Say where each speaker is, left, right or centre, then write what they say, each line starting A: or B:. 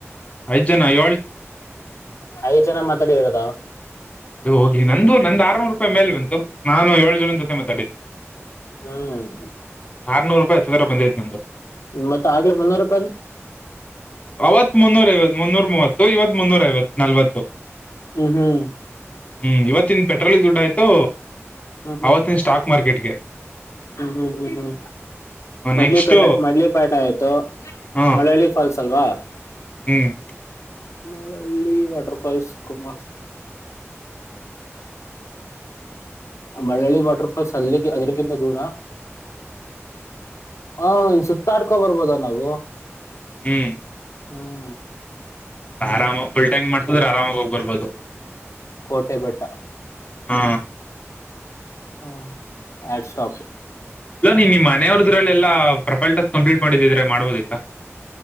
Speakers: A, on the left; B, on the left.
A: ಐದ್ ಜನ ಐ
B: ಐದ್ ಜನ ಮಾತಾಡಿರೋದ
A: ಅದು ಹೋಗ್ಲಿ ನಂದು ನಂದು ಆರ್ನೂರು ರೂಪಾಯಿ ಮೇಲ್ ಬಂತ ನಾನು ಏಳು ಜನ ಜೊತೆ ಮತ್ತೆ
B: ಹ್ಮ್
A: ಆರ್ನೂರು ರೂಪಾಯ ಹತ್ರ ಬಂದೈತ್ತು ನಿಮದು
B: ಮತ್ತ ಆಗ್ಲೇ ಮುನ್ನೂರು ರೂಪಾಯಿ
A: ಅವವತ್ತು ಮನೋರ ಇವ ಮನೋರ ಮವತ್ತು ಇದು ಇವತ್ ಮುನ್ನೂರ ಐವತ್ ನಲ್ವತ್ತು
B: ಹ್ಮ್ ಹ್ಮ್
A: ಹ್ಮ್ ಇವತ್ತಿನ ಪೆಟ್ರೋಲ್ಿಗೆ ದುಡ್ಡ ಆಯ್ತು
B: ಹ್ಮ್ ಹ್ಮ್
A: ಅವತ್ತನ್ ಸ್ಟಾಕ್ ಮಾರ್ಕೆಟ್ಗೆ
B: ಹ್ಮ್ ಹ್ಮ್ ಹ್ಮ್ ಹ್ಮ್ ಮಡ್ಲಿ
A: ನೆಕ್ಸ್ಟ್
B: ಪೇಟೆ ಮಡ್ಲಿ ಪೇಟೆ ಆಯ್ತು
A: ಹ
B: ಮಳ್ಳಳ್ಳಿ ಫಾಲ್ಸ್ ಅಲ್ವಾ
A: ಹ್ಮ್
B: ಮಳಲ್ಲಿ ವಾಟರ್ಫಾಲ್ಸ್ ಕುಮಾರ್ ಮಳ್ಳಳ್ಳಿ ವಾಟರ್ಫಾಲ್ಸ್ ಅದ ಅದರಿಗಿಂತ ದೂರ ಹ ಇನ್ ಸುತ್ತಡ್ಕೊ ಬರ್ಬೋದ ನಾವು
A: ಹ್ಮ್
B: ಹ್ಮ
A: ಆರಾಮ ಫುಲ್ ಟ್ಯಾಕ್ ಮಾಡಸಿದ್ರೆ ಆರಾಮಾಗಿ ಹೋಗ್ಬರ್ಬೋದು
B: ಕೋಟೆಪಟ್ಟ
A: ಹಾ
B: ಹ್ಮ ಆಡ್ ಸ್ಟಾಪ್
A: ಇಲ್ಲ ನೀ ನಿಮ್ಮ ಮನೆಯವ್ರದ್ರಲ್ಲ ಎಲ್ಲಾ ಪ್ರೊಫೈಲ್ ಟಾಸ್ಟ್ ಕಂಪ್ಲೀಟ್ ಮಾಡಿದ್ದಿದ್ರೆ ಮಾಡ್ಬೋದಾಯ್ತಾ